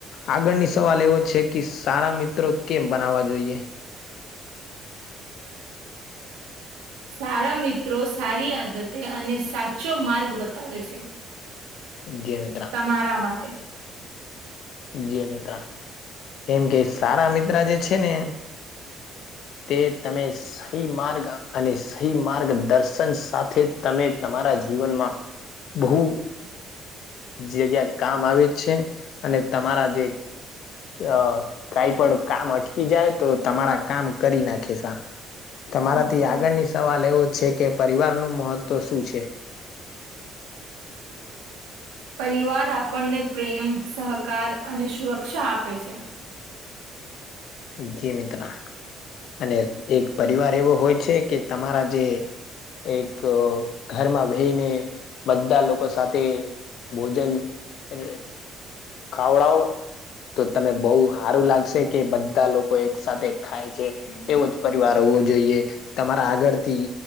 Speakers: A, on the left; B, on the right.
A: આગળની સવાલ એવો છે કે સારા મિત્રો કેમ બનાવવા જોઈએ?
B: સારા મિત્રો સારી આદતે અને સાચો માર્ગ બતાવે છે.
A: ગેમિ
B: તમારા માટે
A: જે મિત્ર એમ કે સારા મિત્ર જે છે ને? તે તમે? સહી માર્ગ અને સહી માર્ગ દર્શન સાથે તમે તમારા જીવનમાં બહુ જગ્યા કામ આવે છે અને તમારા જે અ કાઈ પણ કામ અટકી જાય તો તમારા કામ કરી નાખે સા તમારાથી
B: યસ
A: આગળની
B: યસ.
A: સવાલ એવો છે કે પરિવાર નું મહત્વ શું છે?
B: પરિવાર આપણને પ્રેમ સહકાર અને સુરક્ષા આપે છે.
A: જી મિત્ર અને એક પરિવાર એવો હોય છે કે તમારા જે એક ઘરમાં વહીને બધા લોકો સાથે ભોજન એ ખાવડાવ તો તને બહુ સારું લાગશે કે બધા લોકો એક સાથેથે ખાય છે
B: હમ.
A: એવો જ પરિવાર હોવો જોઈએ. તમારા આગળથી